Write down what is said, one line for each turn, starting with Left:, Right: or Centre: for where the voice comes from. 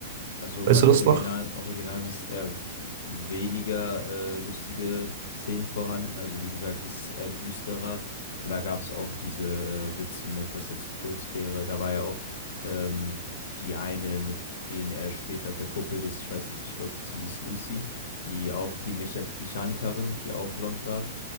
Left: Also
Right: Weißt
Left: beim
Right: du das
Left: Originalen,
Right: noch?
Left: Originalen ist eher weniger äh, lustige Szenen vorhanden. Also wie gesagt, es ist eher düsterer. Aber da gab es auch diese äh, Witze mit, dass er zu kurz wäre. Da war ja auch ähm, die eine, mit denen er später verkuppelt ist. Ich weiß jetzt nicht, ich glaube, sie hieß Lucy, die auch die Mecha Mechanikerin, die auch blond war.